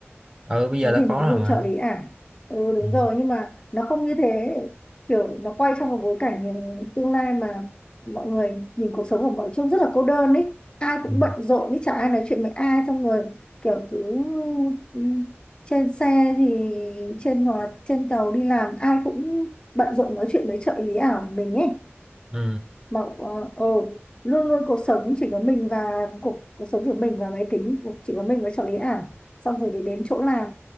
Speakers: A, on the right; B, on the left.
A: ừ bây giờ
B: cái
A: đã
B: gì mình
A: có
B: cũng
A: rồi
B: dùng
A: mà
B: trợ lý ảo ừ đúng
A: ừ
B: rồi nhưng mà nó không như thế kiểu nó quay trong một bối cảnh tương lai mà mọi người nhìn cuộc sống của mọi trông rất là cô đơn ấy ai cũng
A: ừ
B: bận rộn ấy chả ai nói chuyện với ai xong rồi kiểu cứ ừ, trên xe thì trên hoặc là trên tàu đi làm ai cũng bận rộn nói chuyện với trợ lý ảo của mình ấy
A: ừ
B: mà ờ ờ, luôn luôn cuộc sống chỉ có mình và cuộc cuộc sống chỉ có mình và máy tính chỉ có mình với trợ lý ảo xong rồi thì đến chỗ làm